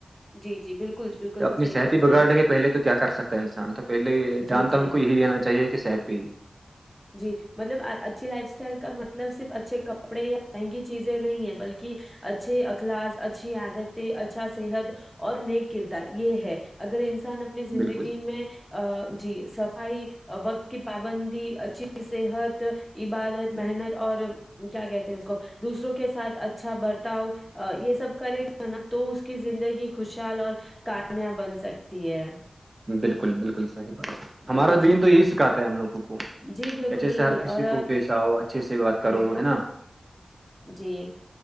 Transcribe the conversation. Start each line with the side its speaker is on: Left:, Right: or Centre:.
Centre: جی جی بالکل بالکل
Right: اپنی
Centre: صحیح
Right: صحت
Centre: فرمایا
Right: ہی بگاڑ لے کے پہلے تو کیا کر سکتا ہے انسان تو پہلے دھیان
Centre: جی
Right: تو
Centre: جی
Right: ہم کو یہی دینا چاہیے کہ شر پہ ہی
Centre: جی مطلب اچھی لائف اسٹائل کا مطلب صرف اچھے کپڑے یا مہنگی چیزیں نہیں ہے بلکہ اچھے اخلاص اچھی عادت اچھا صحت اور نیک کردار یہ ہے اگر انسان اپنی زندگی
Right: بالکل
Centre: میں ا جی صفائی وقت کی پابندی اچ صحت عبادت محنت اور کیا کہتے ہیں اس کو دوسروں کے ساتھ اچھا برتاؤ یہ سب کرے گا نا تو اس کی زندگی خوشحال اور کامیاب بن سکتی ہے
Right: بالکل بالکل صح ب ہمارا
Centre: جی
Right: دین
Centre: جی
Right: تو یہی سکھاتا ہے ہم لوگوں کو
Centre: جی بالکل
Right: اچھے
Centre: بالکل
Right: سے ہر کسی
Centre: اور
Right: کو پیش آؤ اچھے سے بات کرو
Centre: ہ
Right: ہے نا
Centre: جی